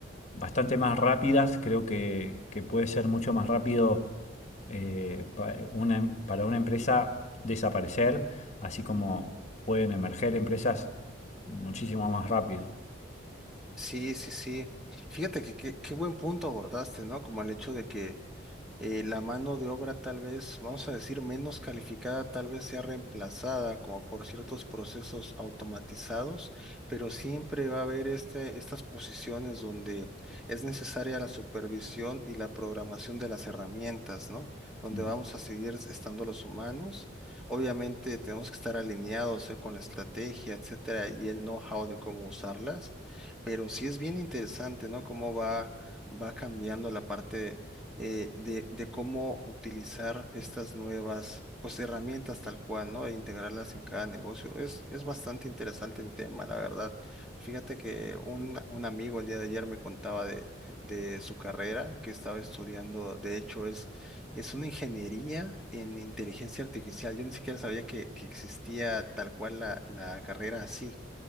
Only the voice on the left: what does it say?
bastante más rápidas, creo que, que puede ser mucho más rápido eh, pa- una em- para una empresa desaparecer, así como pueden emerger empresas muchísimo más rápido.
Ujú.